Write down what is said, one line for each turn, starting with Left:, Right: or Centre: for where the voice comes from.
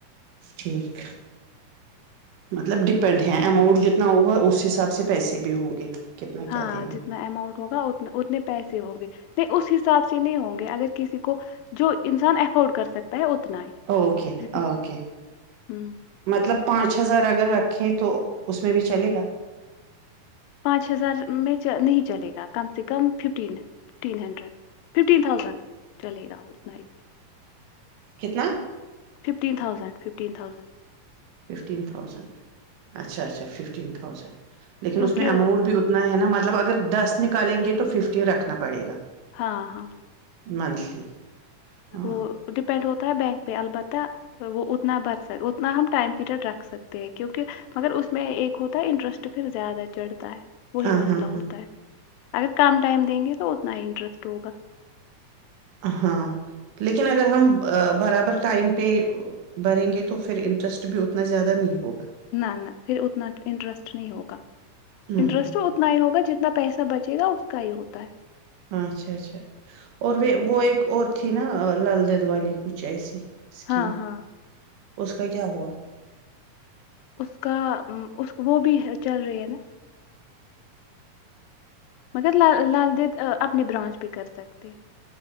Right: ٹھیک مطلب ڈپینڈ ہیں اماؤنٹ جتنا ہوگا اس حساب سے پیسے بھی ہوں گے کتنا
Left: ہاں
Right: کیا دینا
Left: جتنا
Right: ہے
Left: اماؤنٹ ہوگا ا اتنے پیسے ہوں گے نہیں اس حساب سے نہیں ہوں گے اگر کسی کو جو انسان افورڈ کر سکتا ہے <unintelligible>
Right: اوکے
Left: جتنا
Right: اوکے
Left: ہوں
Right: مطلب پانچ ہزار اگر رکھیں تو اس میں بھی چلے گا <unintelligible>
Left: پانچ ہزار میں نہیں چلے گا کم سے کم fifteen fifteen hundred fifteen thousand چلے گا اتائ
Right: کتنا <unintelligible>
Left: ففٹین ت thousand fifteen thousand
Right: fifteen thousand اچھا اچھا ففٹین تھاؤزینڈ لیکن
Left: کیونکہ
Right: اس میں اماؤنٹ بھی اتنا ہے نا م مطلب اگر دس نکالیں گے تو ففٹ رکھنا پڑے گا
Left: ہاں ہاں
Right: منتھلی <unintelligible> ہاں
Left: وہ ڈیپینڈ ہوتا ہے بینک پہ البتہ وہ اتنا بھر سک اتنا ہم ٹائم پیریڈ رکھ سکتے ہیں کیونکہ مگر اس میں ایک ہوتا ہے انٹرسٹ پھر زیادہ چڑھتا ہے <unintelligible> وہی
Right: ہاں
Left: مسئلہ
Right: ہاں ہاں
Left: ہوتا ہے اگر کم ٹائم دیں گے تو اتنا ہی انٹرسٹ ہوگا
Right: ہاں لیکن اگر ہم برابر ٹائم پہ بھریں گے تو پھر انٹرسٹ بھی اتنا زیادہ نہیں ہوگا
Left: نہ نہ پھر اتنا انٹرسٹ نہیں ہوگا
Right: ہوں
Left: انٹرسٹ اتنا ہی ہوگا جتنا پیسا بچے گا اس کا ہی ہوتا ہے
Right: اچھا اچھا اور وہ وہ ایک اور تھی نہ لل دد والی کچھ ایسی اسکیم
Left: ہاں ہاں
Right: اس کا کیا ہوا
Left: اس کا وہ بھی چل رہے ہیں نا مگر ل لال دید اپنے برانچ پہ کر سکتے ہیں